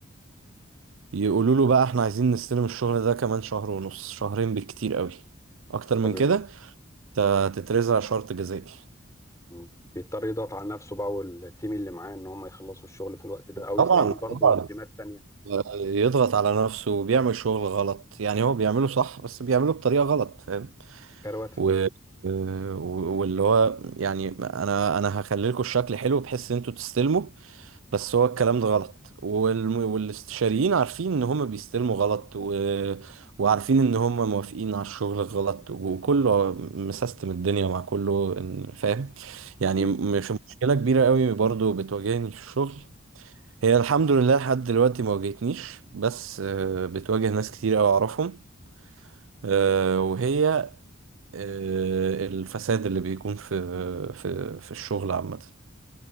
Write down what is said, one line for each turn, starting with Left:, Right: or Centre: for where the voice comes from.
Right: يقولوا له بقى احنا عايزين نستلم الشغل ده كمان شهر ونص شهرين بالكتير قوي اكتر
Left: طبيعي
Right: من كده انت هتترزع شرط جزائي
Left: مم. بيضطر يضغط على نفسه بقى والتيم اللي معاه إن هم يخلصوا الشغل في الوقت ده أو
Right: طبعا
Left: يستعين
Right: طبعا
Left: برضه بتيمات تانية
Right: آه، يضغط على نفسه وبيعمل شغل غلط يعني هو بيعمله صح بس بيعمله بطريقة غلط فاهم
Left: كرواتة
Right: و... آه، و- واللي هو يعني انا انا هخلي لكم الشكل حلو بحيث ان انتوا تستلموا بس هو الكلام ده غلط والم... والاستشاريين عارفين ان هم بيستلموا غلط و... وعارفين ان هم موافقين على الشغل غلط وكله مسيستم الدنيا مع كله إن- فاهم يعني
Left: مم.
Right: مش مشكلة كبيرة قوي برضو بتواجهني في الشغل هي الحمد لله لحد دلوقتي ما واجهتنيش بس آه، بتواجه ناس كتير قوي اعرفهم آه، وهي آه، الفساد اللي بيكون في في في الشغل عامة